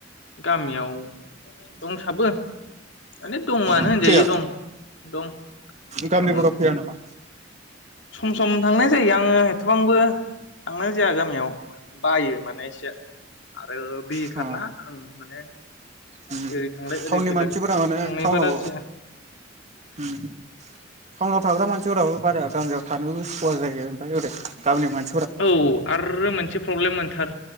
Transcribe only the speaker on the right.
ओ
फैया
गामिफोराव
फैया नामा
अ
उम
टाउननि
मानसिफोरा माने
टाउनाव
उम टाउनाव थाग्रा मानसिफोराबो बारा गामियाव थानोबो सुवा जायो ओमफ्राय ओरै गामिनि मान